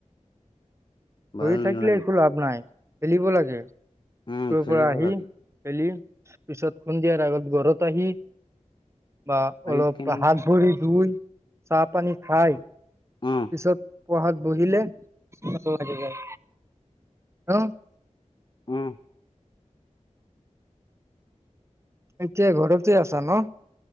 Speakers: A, on the left; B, on the right.
A: ভাল
B: কৰি থাকিলে
A: নালাগে
B: একো লাভ নাই খেলিব লাগে
A: উম
B: স্কুলৰ
A: খেলিব
B: পৰা আহি
A: লাগে
B: খেলি। পিছত সন্ধিয়াৰ আগত ঘৰত আহি বা
A: আহি
B: অলপ
A: কেনে
B: হাত ভৰি ধুই। চাহ পানী খাই।
A: উম
B: পিছত পঢ়াত বহিলে ভাল লাগি যায়, হ
A: উম।
B: এতিয়া ঘৰতে আছা ন?